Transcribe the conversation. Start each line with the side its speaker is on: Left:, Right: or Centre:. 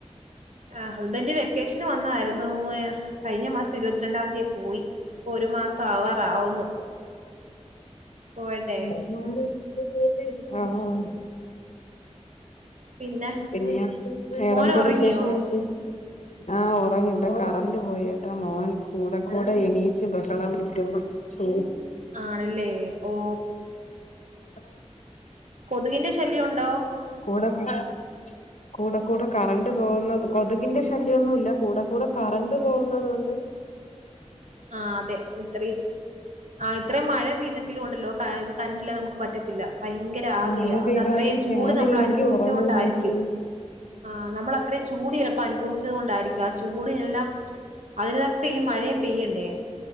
Right: ആഹ് ഹസ്ബൻഡ് വെക്കേഷന് വന്നായിരുന്നു കഴിഞ്ഞ മാസം ഇരുപത്തിരണ്ടാം തീയതി പോയി ഇപ്പൊ ഒരു മാസം ആവാറാവുന്നു
Left: അ.
Right: പോവട്ടെ ഉം
Left: ആഹ്
Right: പിന്നെ
Left: പിന്നെയ വേറെന്തരുശേഷം
Right: മോന് ഒറങ്ങിയോ
Left: ചച്ച ആ ഉറങ്ങി ഇവിടെ കറണ്ട് പോയിട്ടാ മോൻ കൂടെ കൂടെ എണീച്ച് ബഹളം കട്ടു ചോ
Right: ആണല്ലേ ഓ..
Left: ആ!
Right: കൊതുകിന്റെ ശല്യംഉണ്ടോ?
Left: <unintelligible> കൂടെ കൂടെ കറണ്ട് പോകുന്നത് കൊതുകിന്റെ ശല്യംൊന്നുമ ഇല്ല കൂടെ കൂടെ കറണ്ട് പോകുന്നുന്നത്...
Right: ഉ ആഹ അതെ ഇത്ര ആ് ഇത്രയും മഴ പെയതെങ്കിലും ഉണ്ടല്ലോ കരണ്ടില്ലാതെ.... ഭയങ്കര ആവിയ
Left: മഴ പെയ്താലും
Right: അത്ത്രയും ചൂട്
Left: ഫാനില്ലെങ്കി
Right: നമ്മൾ അനുഭവിച്ച
Left: ഉറങ്ങൂല
Right: കൊണ്ടായിരിക്കും..
Left: ചേച്ചി
Right: ആഹ നമ്മൾ അത്രയും ചൂട് എളുപ്പം അനുഭവിച്ചത് കൊണ്ടായിരിക്കും ആ ചൂടിനെല്ലാം.. അതിൽതൊക്കെ ഈ മഴയും പെയ്യണ്ടേ..